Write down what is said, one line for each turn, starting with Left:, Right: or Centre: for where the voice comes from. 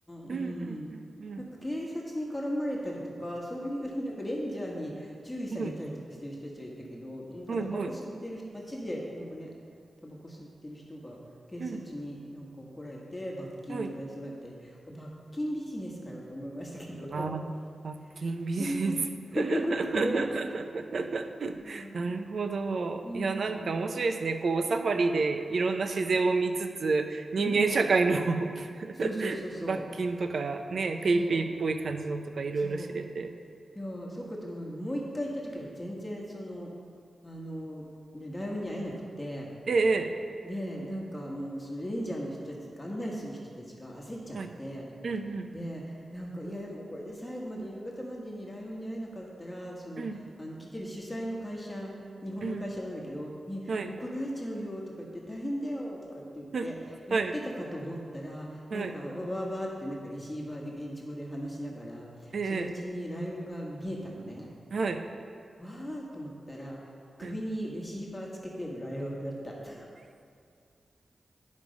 Right: うんうんうん
Left: うん。なんか警察に絡まれたりとか、そういう <laughs> なんかレンジャーに注意されたりとかしてる人たちはいたけど、
Right: うん。
Left: なんかタバコ吸ってる人、
Right: はいはいはい。
Left: 街でなんかね、タバコ吸ってる人が警察になんか怒られて罰金取られそうになったり、
Right: うんはい。
Left: 罰金ビジネスかよと思いましたけど、
Right: ああ、罰金ビジネス。
Left: <laughs> うん、<laughs>
Right: <laughs>
Left: なんかね、はい
Right: なるほど。
Left: うん、
Right: いや、なんか面白いですね。こう、サファリでいろんな自然を見つつ、人間社会の
Left: うん。そうそうそうそう。
Right: <laughs> 罰金とか、ね、ペイペイっぽい感じのとかいろいろ知れて。
Left: そう。そう。いやー、そうかっても、もう一回行った時は全然その、あの、ねライオンに会えなくて、
Right: ええ、
Left: で、なんかもうそのレンジャーの人たち、案内する人たちが焦っちゃって、
Right: ええはい。うん
Left: で、なんか、いやいや、もうこれで最後まで夕方までにライオンに会えなかったら、その、
Right: うん、
Left: あの、来てる主催の会社、日本の会社なんだけど、
Right: うん、
Left: に怒られちゃうよとか言って、
Right: うん、はい。
Left: 大変だよとかって言って、
Right: <laughs> うんはい、
Left: 言ってたかと思ったら、
Right: はい、
Left: なんか、わわわってなんかレシーバーで現地語で話しながら、
Right: ええ、
Left: そのうちにライオンが見えたのね。
Right: はい、
Left: わーと思ったら、首にレシーバーつけてるライオンだった。
Right: はい。
Left: <laughs>